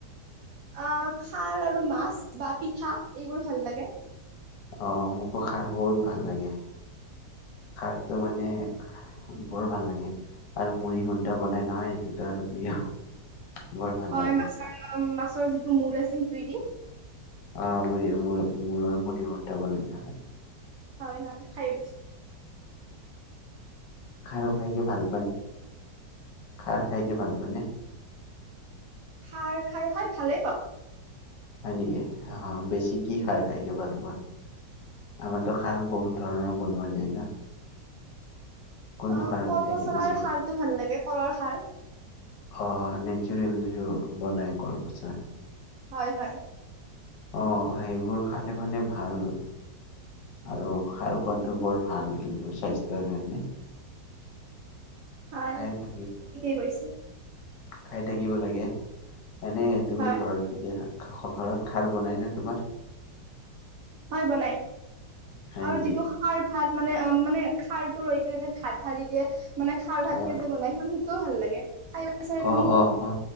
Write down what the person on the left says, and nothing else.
আহ মোকো খাৰ বহুত ভাল লাগে। খাৰতো মানে বৰ ভাল লাগ। আৰু মুড়ি খুণ্টা বনাই নহয় এইটোতো আৰু প্ৰিয়। <unintelligible> ভাল
লাগে
অ মৰি মোৰৰ মুৰি বনটা বনাই ন।
খাই আৰু খুৱাইকৈ ভাল পোৱানে? খাৰ খাইকে ভাল পায় নে?
হয় নেকি আহ বেছি কি খাৰ খাইকে ভাল পোৱা? আমাৰো খাৰ বহুত ধৰণৰ বনোৱা যায় ন। কোনটো
খাৰ
খাইকে
বেছি
অ নেচুৰেল যিটো বনাই কল পচল।
অ সেইবোৰ খালে মানে ভাল, আৰু খাৰ খোৱাটো
বৰ ভাল কিন্তু স্বাস্থ্যৰ কাৰণে।
খায়ে থাকি
খাই থাকিব লাগে। এনেই তুমি
ঘৰত কেতিয়া ষ ঘৰত খাৰ বনাই ন তোমাৰ।
হয়
নেকি
অ
অ
অ অ,